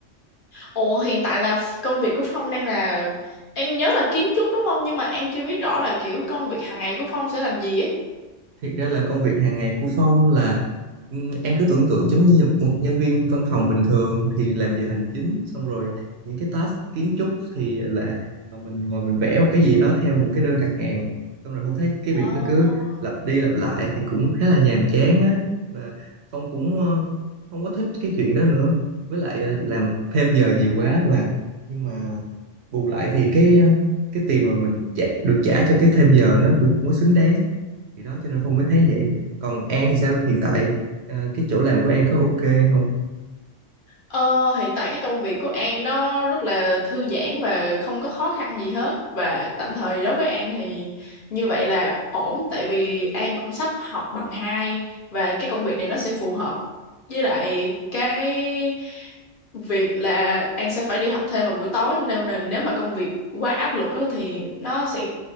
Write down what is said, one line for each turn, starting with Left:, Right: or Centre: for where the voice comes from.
Left: Ồ, hiện tại là f- công việc của Phong đang là... An nhớ là kiến trúc đúng không? Nhưng mà An chưa biết rõ là kiểu công việc hàng ngày của Phong sẽ làm gì ấy.
Right: thiệt ra là công việc hàng ngày của Phong là ừ, An cứ tưởng tượng giống như một nhân viên văn phòng bình thường thì làm giờ hành chính xong rồi những cái task kiến trúc thì là ờ, mình ngồi mình vẽ một cái gì đó theo một cái đơn đặt hàng xong rồi Phong thấy cái việc
Left: à.
Right: nó cứ lặp đi lặp lại thì cũng khá là nhàm chán á và Phong cũng ờ, không có thích cái chuyện đó nữa với lại ờ, làm thêm giờ nhiều quá và nhưng mà bù lại thì cái ờ, cái tiền mà mình trả, được trả cho cái thêm giờ nó cũng không có xứng đáng thì đó cho nên Phong mới thấy vậy còn An thì sao hiện tại ờ, cái chỗ làm của An có ok không
Left: Ờ, hiện tại cái công việc của An nó rất là thư giãn và không có khó khăn gì hết và tạm thời đối với An thì như vậy là ổn tại vì An cũng sắp học bằng hai và cái công việc này nó sẽ phù hợp với lại cái việc là An sẽ phải đi học thêm vào buổi tối nên là nếu mà công việc quá áp lực á, thì nó sẽ